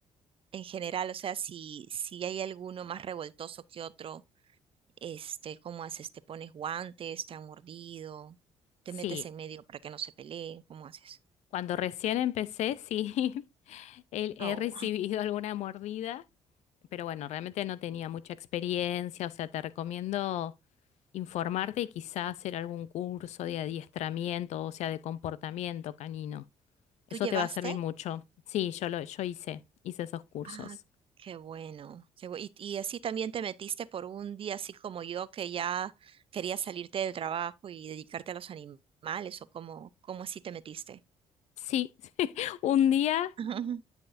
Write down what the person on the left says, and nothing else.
Sí,
cuando recién empecé, sí. <laughs> Él- He
recibido <laughs> alguna mordida, pero bueno, realmente no tenía mucha experiencia, o sea, te recomiendo informarte y quizás hacer algún curso de adiestramiento, o sea, de comportamiento canino. Eso
te va a servir mucho. Sí, yo lo, yo hice, hice esos cursos.
Sí, <laughs> un día